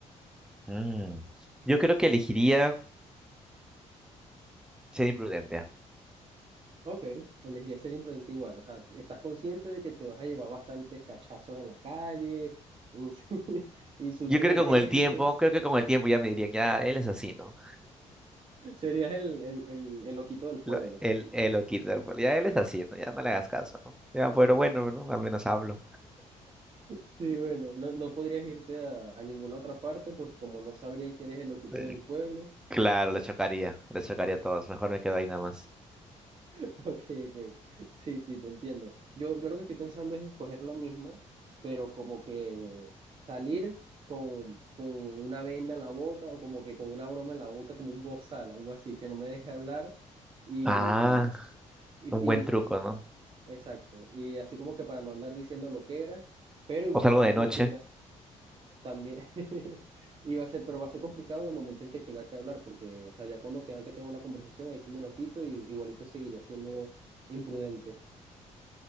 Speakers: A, in the centre; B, on the right.
A: Mm. Yo creo que elegiría ser imprudente. ¿ah?
B: Ok, elegiría ser imprudente igual. O sea, estás consciente de que te vas a llevar bastantes cachazos en la calle, ins- <laughs> insultos
A: Yo creo
B: de
A: que con
B: gente.
A: el tiempo, creo que con el tiempo ya me dirían, ya, él es así, ¿no?
B: Serías el, el, el, el loquito del pueblo.
A: Lo- él, él lo quita, pues, ya él es así, ¿no? Ya no le hagas caso, ¿no? Ya, pero bueno, ¿no? Al menos hablo.
B: Sí, bueno, no, no podrías irte a, a ninguna otra parte porque como no sabrían que eres el loquito
A: Eh,
B: del pueblo,
A: Claro, le chocaría, le chocaría a todos. Mejor me quedo ahí nada más.
B: <laughs> ok, ok, sí, sí, te entiendo. Yo, yo lo que estoy pensando es escoger la misma, pero como que salir con, con una venda en la boca o como que con una broma en la boca, como un bozal, algo así, que no me deje hablar y,
A: Ah,
B: y,
A: un buen
B: y-
A: truco, ¿no?
B: exacto, y así como que para no andar diciendo lo que era, pero igual
A: O salgo
B: va a ser
A: de noche.
B: complicado También <laughs> y va a ser, pero va a ser complicado en el momento en que tenga que hablar, porque, o sea, ya cuando tenga que tener una conversación, ahí sí me lo quito y igualito seguiría siendo imprudente.